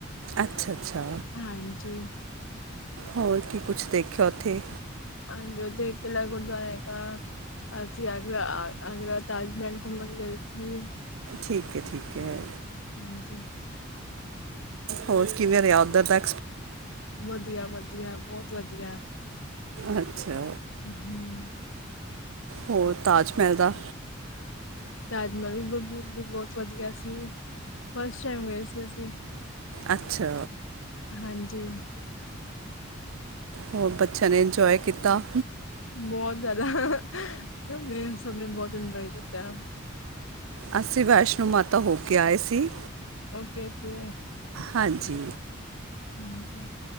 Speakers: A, on the right (about 80°); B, on the left (about 70°).
A: ਅੱਛਾ, ਅੱਛਾ।
B: ਹਾਂਜੀ।
A: ਹੋਰ ਕੀ ਕੁਛ ਦੇਖਿਆ ਉੱਥੇ
B: ਹਾਂਜੀ ਉੱਥੇ ਕਿਲ੍ਹਾ ਗੁਰਦੁਆਰਾ ਹੈਗਾ ਅਸੀਂ ਆਗਰਾ, ਆਗਰਾ ਤਾਜ ਮਹਿਲ ਘੁੰਮਣ ਗਏ ਸੀ।
A: ਠੀਕ ਹੈ-ਠੀਕ ਹੈ
B: ਹਾਂਜੀ
A: ਹੋਰ ਕਿਵੇਂ ਰਿਹਾ ਉੱਧਰ ਦਾ ਐ
B: ਵਧੀਆ-ਵਧੀਆ ਬਹੁਤ ਵਧੀਆ।
A: ਅੱਛਾ।
B: ਅਹਮ
A: ਹੋਰ ਤਾਜ ਮਹਿਲ ਦਾ
B: ਤਾਜ ਮਹਿਲ ਬਹੁਤ ਵਧੀਆ ਸੀ। ਫਸਟ ਟਾਈਮ ਗਏ ਸੀ ਅਸੀਂ,
A: ਅੱਛਾ
B: ਹਾਂਜੀ
A: ਹੋਰ ਬੱਚਿਆਂ ਨੇ ਇੰਜੋਏ ਕੀਤਾ।
B: ਬਹੁਤ ਜ਼ਿਆਦਾ, ਸਭ ਨੇ ਸਭ ਨੇ ਬਹੁਤ ਇੰਜੋਏ ਕੀਤਾ
A: ਅਸੀਂ ਵੈਸ਼ਨੋ ਮਾਤਾ ਹੋ ਕੇ ਆਏ ਸੀ।
B: Okay- okay.
A: ਹਾਂਜੀ।
B: ਹ